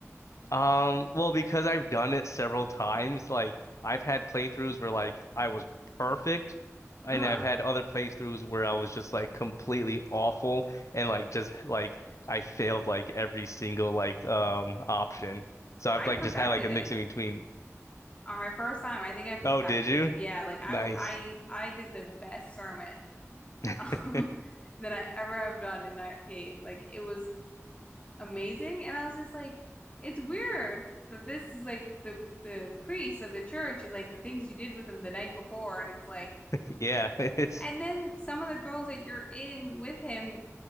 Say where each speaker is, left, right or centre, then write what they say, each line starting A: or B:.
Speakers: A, on the left; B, on the left.
A: Um, well, because I've done it several times, like I've had playthroughs where like I was perfect, and
B: Uh-huh.
A: I've had other playthroughs where I was just like completely awful and like just like I failed like every single like um option. So I've
B: I
A: like
B: perfected
A: just had like a
B: it.
A: mix in between.
B: On my first time, I think I perfected
A: Oh, did you?
B: it. Yeah, like I
A: Nice.
B: was I I did the best sermon
A: <laughs>
B: um, <laughs> that I ever have done in that game. Like it was amazing, and I was just like, it's weird that this is like the the priest of the church and like the things you did with him the night before, and it's like,
A: Yeah, it's
B: and then some of the girls that you're in with him